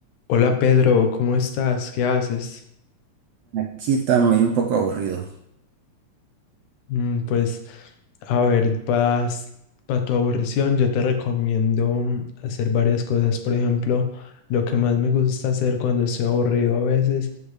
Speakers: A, on the left (about 85°); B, on the right (about 75°).
A: Hola Pedro, ¿cómo estás? ¿Qué haces?
B: Aquí estamos y un poco aburridos.
A: Mm, pues, a ver, para tu aburrición, yo te recomiendo mm, hacer varias cosas. Por ejemplo, lo que más me gusta hacer cuando estoy aburrido a veces